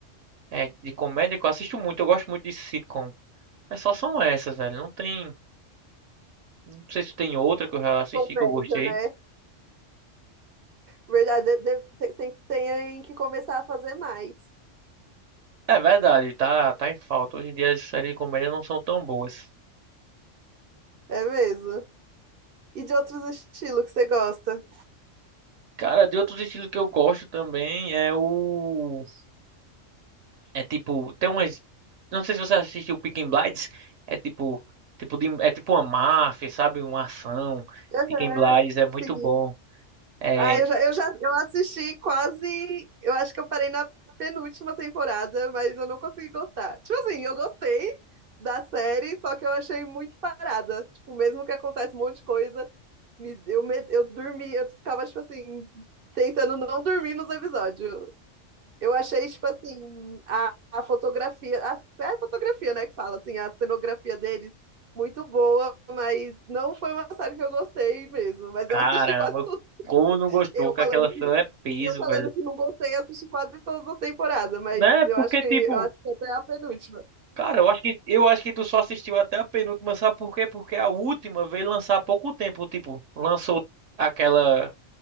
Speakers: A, on the right; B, on the right.
A: é, de comédia que eu assisto muito, eu gosto muito de sitcom. É só são essas, velho. Não tem. Não sei se tem outra que eu já assisti
B: Comédia,
A: que eu gostei.
B: né? Verdade, de- de- tem, tem, tem que começar a fazer mais.
A: É verdade, tá, tá em falta. Hoje em dia as séries de comédia não são tão boas.
B: É mesmo. E de outros estilos que você gosta?
A: Cara, de outros estilos que eu gosto também é o. É tipo. Tem umas. Não sei se você assistiu Peaky Blinders. É tipo. Tipo de... É tipo uma máfia, sabe? Uma ação.
B: Aham,
A: Peaky Blinders é muito
B: sim.
A: bom. É.
B: Ah, eu já, eu já eu assisti quase. Eu acho que eu parei na penúltima temporada, mas eu não consegui gostar. Tipo assim, eu gostei da série, só que eu achei muito parada. Tipo, mesmo que acontece um monte de coisa, me, eu, me- eu dormi, eu ficava, tipo assim, tentando não dormir nos episódios. Eu achei, tipo assim, a, a fotografia, a, é a fotografia, né, que fala, assim, a cenografia deles. Muito boa, mas não foi uma série que eu gostei mesmo. Mas
A: Caramba,
B: eu assisti quase tudo.
A: como não gostou
B: Eu
A: que
B: falando
A: aquela cena
B: que
A: é peso,
B: eu falando
A: velho.
B: que não gostei, assisti quase todas as temporadas, mas
A: Né?
B: eu
A: Porque,
B: acho que
A: tipo.
B: eu acho que até a penúltima.
A: Cara, eu acho que eu acho que tu só assistiu até a penúltima, sabe por quê? Porque a última veio lançar há pouco tempo, tipo, lançou aquela